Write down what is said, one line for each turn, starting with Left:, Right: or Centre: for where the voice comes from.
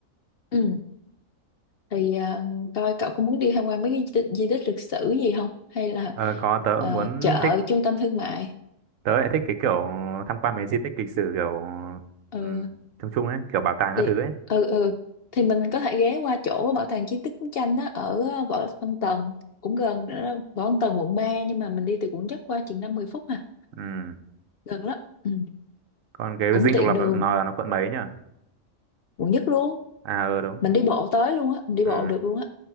Left: ừ thì à, coi cậu có muốn đi tham quan mấy cái di tích, di tích lịch sử gì không hay là
Right: Ờ, có tớ
Left: ờ,
Right: muốn
Left: chợ
Right: thích,
Left: trung tâm thương mại
Right: tớ lại thích cái kiểu tham quan mấy di tích lịch sử kiểu um,
Left: ừ
Right: chung chung ấy, kiểu bảo tàng các
Left: thì
Right: thứ ấy.
Left: ừ ừ thì mình có thể ghé qua chỗ bảo tàng chiến tích chiến tranh á ở ờ, Võ Văn Tần cũng gần nữa đó. Võ Văn Tần quận 3 nhưng mà mình đi từ quận nhất qua chừng 50 phút à
Right: Ừ.
Left: gần lắm ừ.
Right: Còn cái
Left: cũng
Right: Dinh
Left: tiện
Right: Độc Lập
Left: đường
Right: nó là nó quận mấy nhỉ?
Left: quận nhất luôn
Right: À ờ đúng.
Left: mình đi bộ tới luôn á mình đi
Right: Ừ.
Left: bộ được luôn á